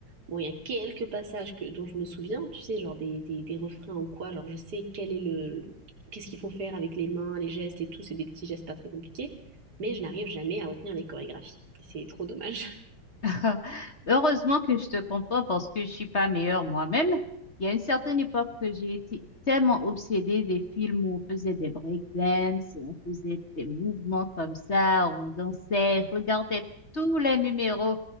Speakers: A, on the right (about 55°); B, on the left (about 35°).
A: Bon, il y a quelques passages que, dont je me souviens, tu sais, genre des, des, des refrains ou quoi, genre je sais quel est le, qu'est-ce qu'il faut faire avec les mains, les gestes et tout, c'est des petits gestes pas très compliqués, mais je n'arrive jamais à retenir les chorégraphies. C'est trop dommage.
B: <laughs> Heureusement que je te comprends parce que je suis pas meilleure moi-même. Il y a une certaine époque que j'ai été tellement obsédée des films où on faisait des breakdance, où on faisait des mouvements comme ça, où on dansait. Je regardais tous les numéros.